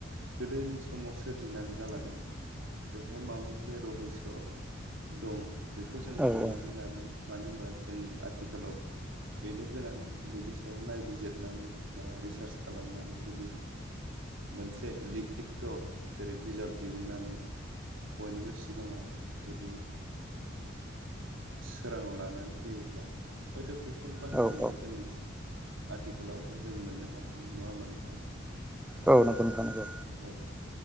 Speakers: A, on the right (about 75°); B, in the centre.
A: गोदोनि समाव सोरजिनानै गालांदों बेहाय माबा मोन नसे रहयस' दं बेखौ जों
B: औ
A: हमनानै
B: औ
A: लानांगोन। मानो होनबा जों आथिखालाव बेनो गोनां बेनि सायाव नायबिजिरनानै बा रिसार्च खालामनानै जुदि मोनसे लिखित' जेरै बिजाब दिहुननानै बयनिबो सिगाङाव जुदि सोराङाव लानानै फैयोब्ला हयथ' बेफोर बाहायनाया
B: नंगौ
A: जोंनिसिम आथिखालावबो जों मोननो हाफिननाय नङा होनबा नोंथां?
B: औ नंगौ नोंथां नंगौ।
A: औ